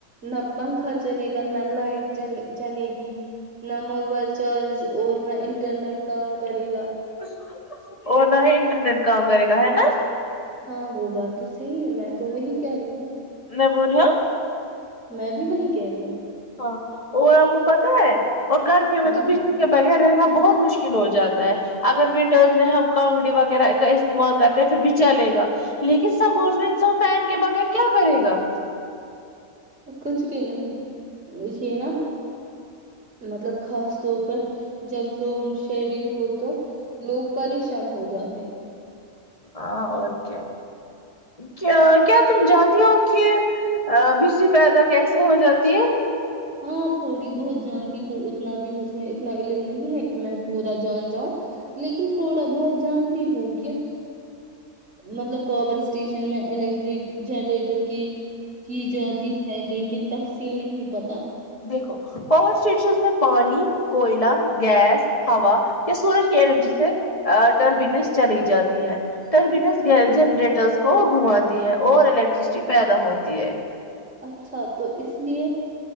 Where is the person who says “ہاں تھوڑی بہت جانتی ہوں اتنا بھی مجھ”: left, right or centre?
Right